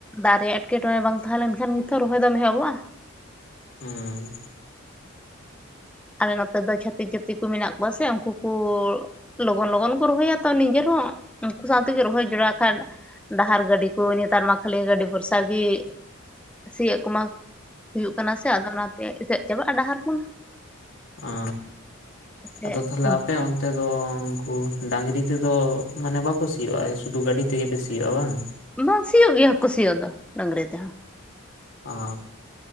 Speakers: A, in the centre; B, on the left.
A: ᱫᱟᱜ ᱨᱮᱭᱟᱜ ᱮᱴᱠᱮᱴᱚᱬᱮ ᱵᱟᱝ ᱛᱟᱦᱮᱸ ᱞᱮᱱᱠᱷᱟᱱ ᱱᱤᱛᱚ ᱨᱚᱦᱚᱭ ᱫᱚᱢ ᱮᱦᱚᱵᱚᱜᱼᱟ
B: ᱦᱩᱸ
A: ᱟᱞᱮ ᱱᱚᱛᱮ ᱫᱚ ᱪᱷᱟᱹᱛᱤᱠ ᱡᱟᱹᱛᱤ ᱠᱚ ᱢᱮᱱᱟᱜ ᱠᱚᱣᱟ ᱥᱮ ᱩᱱᱠᱩ ᱠᱚ ᱞᱚᱜᱚᱱ ᱞᱚᱜᱚᱱ ᱠᱚ ᱨᱚᱦᱚᱭᱟ ᱛᱚ ᱱᱤᱡᱮᱨ ᱦᱚᱸ ᱩᱱᱠᱩ ᱥᱟᱶ ᱛᱮᱜᱮ ᱨᱚᱦᱚᱭ ᱡᱚᱲᱟᱣ ᱠᱷᱟᱱ ᱰᱟᱦᱟᱨ ᱜᱟᱹᱰᱤ ᱠᱚ ᱱᱮᱛᱟᱨ ᱢᱟ ᱠᱷᱟᱹᱞᱤ ᱜᱟᱹᱰᱤ ᱵᱷᱚᱨᱥᱟ ᱜᱮ ᱥᱤᱭᱳᱜ ᱠᱚᱢᱟ ᱦᱩᱭᱩᱜ ᱠᱟᱱᱟ ᱥᱮ ᱟᱫᱚ ᱚᱱᱟ ᱛᱮ ᱮᱥᱮᱫ ᱪᱟᱵᱟᱜᱼᱟ ᱰᱟᱦᱟᱨ ᱠᱚ
B: ᱚ
A: ᱛᱮ
B: ᱟᱫᱚ ᱛᱟᱦᱞᱮ
A: ᱩᱱᱠᱩ
B: ᱟᱯᱮ ᱚᱱᱛᱮ ᱫᱚ ᱩᱱᱠᱩ ᱰᱟ. ᱝᱨᱤ ᱛᱮᱫᱚ ᱢᱟᱱᱮ ᱵᱟᱠᱚ ᱥᱤᱭᱳᱜᱼᱟ ᱥᱩᱫᱷᱩ ᱜᱟᱹᱰᱤ ᱛᱮ ᱜᱮ ᱯᱮ ᱥᱤᱭᱚᱜᱼᱟ ᱵᱟᱝ
A: ᱵᱟᱝ ᱥᱤᱭᱳᱜ ᱜᱮᱭᱟ ᱠᱚ ᱥᱤᱭᱚᱜ ᱫᱚ ᱰᱟᱝᱨᱤ ᱛᱮ ᱦᱚᱸ
B: ᱚ